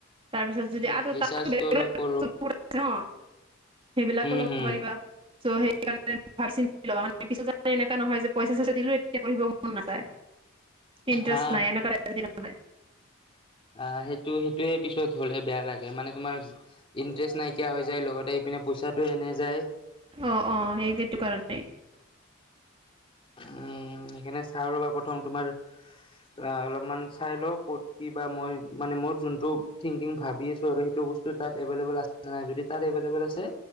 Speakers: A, on the right; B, on the left.
A: তাৰপিছত যদি
B: উম
A: আৰু
B: ৰিচাৰ্জটো
A: তাত ব
B: অলপ কৰো
A: ন সেইবিলাকো
B: উম
A: ল'ব
B: হম
A: পাৰিবা। ত সেইকাৰণে ভাবি চিন্তি লোৱা মানে অ পিছত যাতে এনে। নহয় যে পইচা চইচা দিলো এতিয়া পঢ়িব মন নাযায় ইন্টাৰেষ্ট
B: হা
A: নাই। নহয়
B: অ সেইটো সেইটোয়ে পিছত হলে বেয়া লাগে মানে তোমাৰ ইণ্টাৰেষ্ট নাইকিয়া হৈ যায় লগতে ইপিনে। পইচাটো এনে যায়।
A: অ অ সেই সেইটো কাৰণে।
B: উম সেইকাৰণে চাও ৰ'বা প্ৰথম তোমাৰ অ অলপমান। চাই লওঁ ক'ত কি বা মই মানে মোৰ যোনটো থিংকিং ভাবি আছো আৰু সেইটো বস্তু তাত এভেইলেবল আছে। নাই যদি তাত এভেইলেবল আছে।